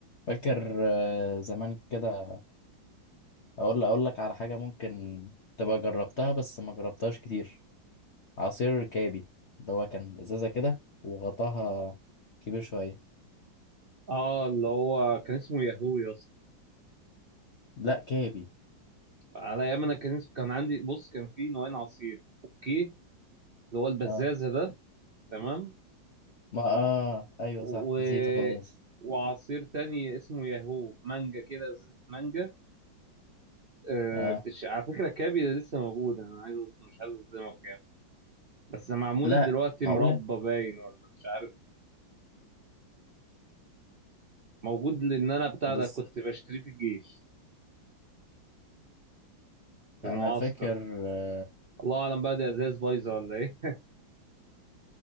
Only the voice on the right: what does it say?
اه اللي هو كان اسمه ياهو يا اسطى
على ايام انا كان اسم... كان عندي بص كان في نوعين عصير اوكي اللي هو البزازه
ده تمام
و...
وعصير تاني اسمه ياهو مانجا كده ازازه مانجا آه
بتش... على فكره كابي ده لسه موجود انا عايز مش عايز اصدمك يعني بس معمول
دلوقتي
مربى باين ولا مش عارف موجود لان انا بتاع
ده كنت بشتريه في الجيش في
المعسكر
الله اعلم بقى دي ازاز بايظه ولا ايه